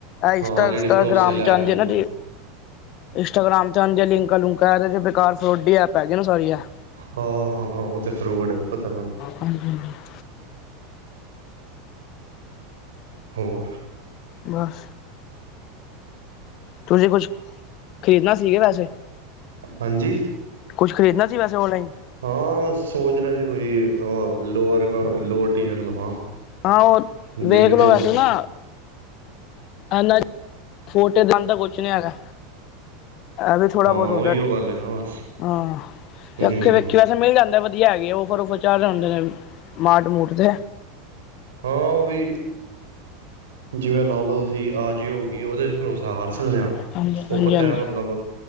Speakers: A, on the left; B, on the right.
A: ਏਹ ਈਨਸਟਾ-
B: ਹਾਂ ਜਿਹੜੀ
A: ਈਨਸਟਾ
B: ਭਰੋਸੇ
A: ਗ੍ਰਾਮ
B: ਲੈ
A: ਚੰ ਆਨੰਦੀ
B: ਕੇ ਹੋਈ
A: ਐ ਨਾ
B: ਉਹ
A: ਰੀ ਇੰਟਾਗ੍ਰਾਮ 'ਤੇ ਅੰ ਜ ਲਿੰਕ ਲੁਕ ਇਹ 'ਚ ਬੇਕਾਰ ਫਰੋਡੀ ਐਪ ਹੈਗੀ ਨਾ ਸਾਰੀ ਹੈ।
B: ਹਾਂ -ਹਾਂ -ਹਾਂ ਉਹ ਤੇ ਫਰੂਟ ਹੈ, ਉਹ ਪਤਾ ਮੈਨੂੰ।
A: ਹਜੀ <inaudible>
B: ਹੋਰ।
A: ਬਸ। ਤੁਸੀਂ ਕੁਛ ਖ਼ਰੀਦਣਾ ਸੀਕੀ ਵੈਸੇ?
B: ਹਾਂਜੀ।
A: ਕੁਛ ਖਰੀਦਣਾ ਸੀ ਵੈਸੇ ਔਨਲਾਈਨ?
B: ਹਾਂ ਮੈਂ ਸੋਚ ਰਿਹਾ ਸੀ ਕੋਈ ਲੋਰ- ਲੋਅਰ ਟੀ ਸ਼ਰਟ ਲਵਾਂ।
A: ਹਾਂ, ਉਹ
B: ਦੇਖਦੇ
A: ਵੇਖ ਲੋ
B: ਆ
A: ਵੈਸੇ
B: ਹੁਣ
A: ਨਾ। ਏਨਾਂ 'ਚ <unintelligible> ਜਾਂਦਾ ਕੁਝ ਨੀ ਹੈਗਾ। ਇਹ ਵੀ ਥੋੜਾ
B: ਹਾਂ
A: ਬਹੁਤ ਹੁੰਦਾਏ
B: ਉਹੀਓ ਗੱਲ ਹੈ ਨਾ ਬਸ
A: ਹਾ
B: ਹਮ
A: ਤੇ ਅੱਖੀ ਵੇਖੀਆਂ ੈਸੇ ਮਿਲ ਜਾਂਦਾ ਵਧੀਆ ਹੈਗੇ ਉਹ ਔਫਰ- ਆਫਰ ਚੜ ਹੁੰਦੇ ਨੇ ਮਾਟ- ਮੂਟ ਤੇ
B: ਹਾਂ ਉਹ ਵੀ ਜਿਵੇਂ ਲਾ ਲਓ ਤੁਸੀਂ ਆ ਜਿਓ ਕਿ ਉਹਦੇ ਚ ਭਰੋਸਾ ਕਰ ਸਕਦੇ ਹਾਂ
A: ਹਾਂਜੀ
B: ਉਹ
A: ਹਾਂਜੀ
B: ਪਤਾ
A: ਹਾਂਜੀ
B: ਮਤਲਬ